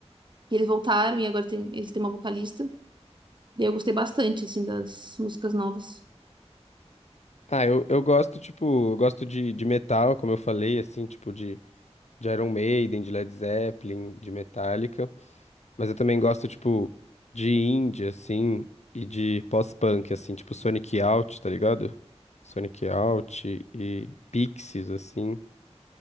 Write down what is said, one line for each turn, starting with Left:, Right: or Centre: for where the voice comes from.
Right: Que eles voltaram e agora tem, eles têm uma vocalista. E eu gostei bastante, assim, das músicas novas.
Left: Ah, eu, eu gosto, tipo, eu gosto de, de metal, como eu falei, assim, tipo, de, de Iron Maiden, de Led Zeppelin, de Metallica. Mas eu também gosto, tipo, de indie, assim, e de pós-punk, assim, tipo Sonic Youth, tá ligado? Sonic Youth e Pixies, assim,